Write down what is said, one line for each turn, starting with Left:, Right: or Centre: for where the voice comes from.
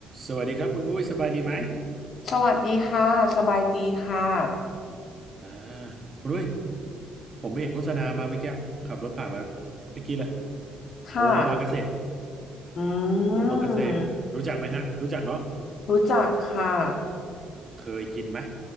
Right: สวัสดีครับคุณอุ้ยสบายดีไหม
Left: สวัสดีค่ะ สบายดีค่ะ
Right: อ่าคุณอุ้ยผมไปเห็นโฆษณามาเมื่อกี้ขับรถผ่านมาเมื่อกี้เลย
Left: ค่ะ
Right: โอมากาเสะ
Left: อืม
Right: โอมากาเสะรู้จักไหมฮะรู้จักเนาะ
Left: รู้จักค่ะ
Right: เคยกินไหม